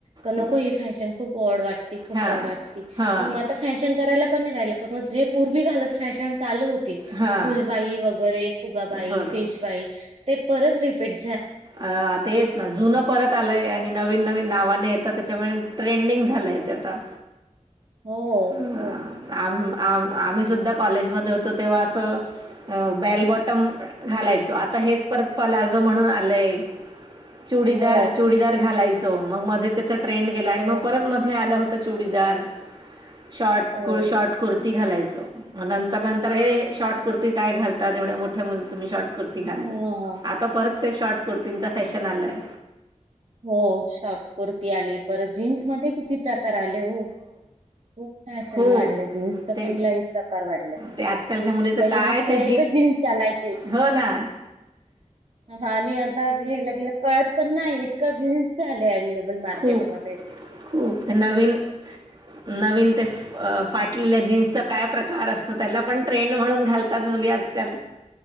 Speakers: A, on the right; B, on the right.
A: तर नको
B: हं.
A: ही फॅशन खूप वॉड वाटते. खूपच
B: हां,
A: ऑड वाटतय
B: हां,
A: पण मग आता फॅशन करायला पण नाही राहिलं पण मग जे पूर्वी घालत फॅशन चालू होती.
B: हां.
A: फुलबाई वगैरे फुगाबाई,
B: बरं.
A: फिश भाई ते परत रिफीट
B: अ तेच ना जुनं परत आलाय आणि नवीन नवीन नावाने येतात त्याच्यामुळे ट्रेंडिंग झालंय आता
A: हो
B: अं,
A: हो
B: आम आम्ही सुद्धा कॉलेज मध्ये होतो तेव्हा असं बेल बॉटम घालायचो आता हेच परत पलाजो म्हणून आलय चुडीदार
A: हो,
B: चुडीदार घालायचो मग मध्ये त्याच ट्रेंड गेला आणि
A: हो,
B: मग परत मध्ये आलं होतं चुडीदार शॉट
A: हो.
B: शॉर्ट कुर्ती घालायचो नंतर नंतर हे शॉर्ट कुर्ती काय घालतात एवढ्या मोठ्या मुली तुम्ही शॉर्ट कुर्ती घालताात
A: हां.
B: आता परत ते शॉर्ट कुर्तींचा फॅशन आलाय.
A: हो शॉर्ट कुर्ती आली पर जीन्स मध्ये किती प्रकार आले हो. खूप फॅशन
B: खूप
A: वाढले जीन्सच
B: ते
A: पण लही प्रकार वाढले.
B: ते आजकालच्या मुली तर
A: पहिले
B: काय
A: कस
B: ते
A: एकच जीन्स चालायचं
B: हो ना
A: आणि आता गेला गे कळत पण नाही इतका गल् झालं अव्लेबल मार्केटमध्येध्ये
B: खूप खूप ते नवीन नवीन ते फाटलेल्या जीन्स काय प्रकार असतो त्याला पण ट्रेंड म्हणून घालतात मुली आजकाल